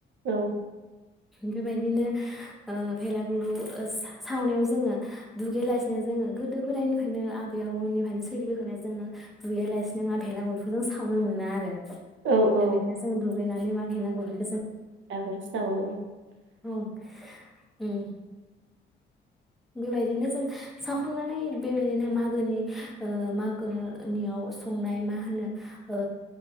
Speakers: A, on the right (about 70°); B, in the centre.
A: औ।
B: बेबायदिनो ओ भेलागुराव सा- सावनायाव जोङो दुगैयालासिनो जोङो गोदो गोदायनिफ्रायनो आबै आबौनिफ्रायनो सोलिबोखानाय जोङो दुगैयालासिनो मा भेलागुरिखौ जों सावनो मोना। <unintelligible>
A: औ
B: जों
A: औ
B: दुगैना
A: <unintelligible>
B: <inaudible> औ उम बेबायदिनो जों सावखांनानै बेबायदिनो मागोनि ओ मागोनियाव संनाय मा होनो ओ